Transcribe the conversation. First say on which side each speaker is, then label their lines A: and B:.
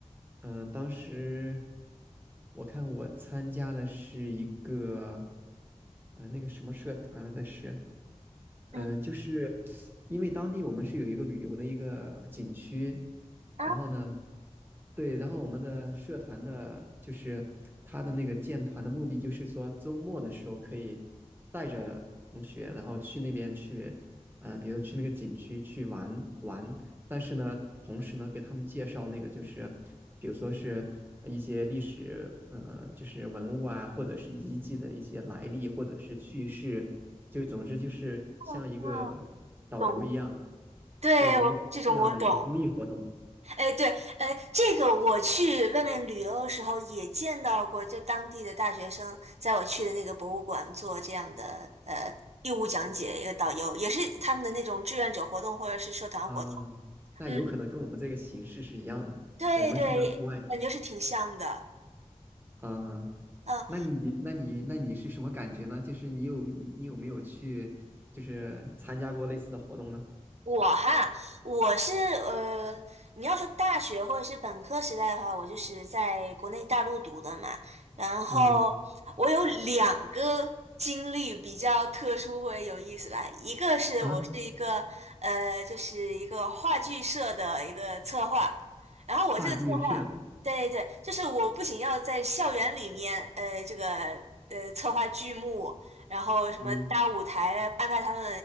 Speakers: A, on the right; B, on the right.
A: 嗯、当时我看我参加的是一个，呃，那个什么社团来的是。嗯，
B: 嗯
A: 就是因为当地我们是有一个旅游的一个景区，
B: 啊，
A: 然后呢，对，然后我们的社团的，就是他的那个建团的目的，就是说周末的时候可以带着同学，然后去那边去，呃，比如去那个景区去玩玩。但是呢，同时呢，给他们介绍那个就是，比如说是一些历史，呃，就是文物啊，或者是遗迹的一些来历，或者是趣事，就总之就是像一个导游一样，
B: 啊懂。对，
A: 就这样的一个公益活动。
B: 我这种我懂。哎，对，哎，这个我去外面旅游的时候也见到过，就当地的大学生在我去的那个博物馆做这样的呃义务讲解，一个导游也是他们的那种志愿者活动或者是社团活动。
A: 啊，那有可能跟我们这个形式是一样的，
B: 嗯，对对，
A: 我们是在户外。
B: 感觉是挺像的。
A: 啊，
B: 嗯，
A: 那你那你那你是什么感觉呢？就是你有你你有没有去，就是参加过类似的活动呢？
B: 我哈，我是呃，你要说大学或者是本科时代的话，我就是在国内大陆读的嘛。然后我有两个经历比较特殊或者有意思吧，
A: 嗯
B: 一个是我是一个呃，
A: 啊，
B: 就是一个话剧社的一个策划，然后我这个策划，
A: 话剧社，
B: 对对，就是我不仅要在校园里面呃这个呃策划剧目。然后什么大舞台啊安排他们
A: 嗯